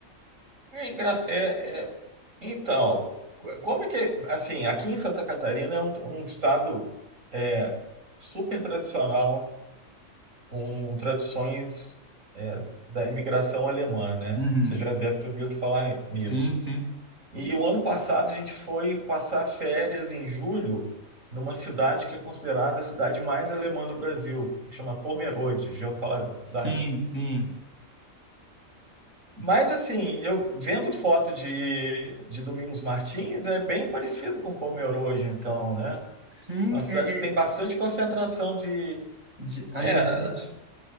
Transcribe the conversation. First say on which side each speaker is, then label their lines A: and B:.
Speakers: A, on the right; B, on the right.
A: É, engra- é, é Então, como é que, assim, aqui em Santa Catarina é um, um estado é, super tradicional, com tradições é, da imigração alemã, né?
B: Uhum.
A: Você já deve ter ouvido falar nisso.
B: Sim, sim.
A: E o ano passado a gente foi passar férias em julho numa cidade que é considerada a cidade mais alemã do Brasil, chama Pomerode. Já ouviu falar dessa cidade?
B: Sim, sim.
A: Mas assim, eu vendo foto de, de Domingos Martins, é bem parecido com Palmeira hoje, então, né?
B: Sim,
A: É Uma cidade
B: é, é,
A: que tem bastante concentração de.
B: de alemães.
A: É,